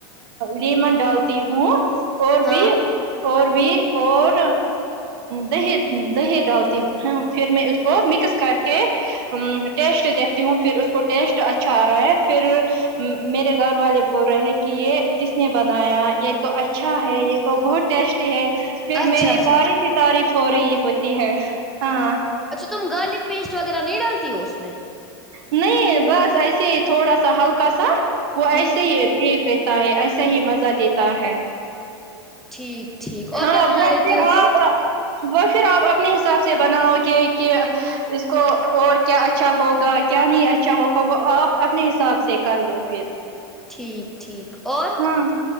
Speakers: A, on the right; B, in the centre.
A: لیمن ڈالتی ہوں اور
B: ہاں
A: بھی اور بھی اور دہی دہی ڈالتی ہوں پھر میں اس کو مکس کر کے ٹیسٹ دیک ہوں پھر اس کو ٹیسٹ اچھا آ رہا ہے پھر میرے گھر والے ب رہے کہ یہ کس نے بنایا یہ تو اچھا ہے یہ تو بہت ٹیسٹی ہے پھر
B: اچھا
A: میری
B: اچھا
A: تعریف ہی تعریف ہو رہی ہوتی ہے ہاں
B: اچھا تم گارلک پیسٹ وغیرہ نہیں ڈالتی ہو اس میں
A: نہیں بس ایسے ہی تھوڑا سا ہلکا سا وہ
B: ہوں
A: ایسے ہی یہ ٹھیک رت ہے ایسا ہی مزہ دیتا ہے
B: ٹھیک ٹھیک اور
A: ہاں
B: کیا بنا
A: وہ
B: لیتی
A: پھر
B: ہو
A: آپ
B: تم
A: وہ پھر آپ اپنے حساب سے بناؤ گے کہ اس کو اور کیا اچھا ہوگا کیا نہیں اچھا ہوگا وہ آپ اپنے حساب سے کر لو پھر
B: ٹھیک ٹھیک اور
A: ہاں